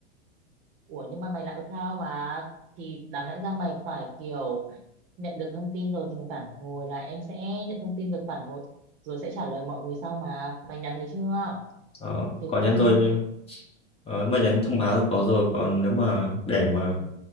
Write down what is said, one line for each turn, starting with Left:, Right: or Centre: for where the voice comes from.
Right: Ủa nhưng mà mày là account mà thì đáng lẽ ra mày phải kiểu nhận được thông tin rồi thì mày phản hồi là em sẽ nhận thông tin rồi phản hồi rồi sẽ trả lời mọi người sau mà mày nhắn thấy chưa
Left: Ờ,
Right: chứ
Left: có
Right: tự
Left: nhắn
Right: dưng
Left: rồi như ờ, mà nhắn thông báo thì có rồi còn nếu mà để mà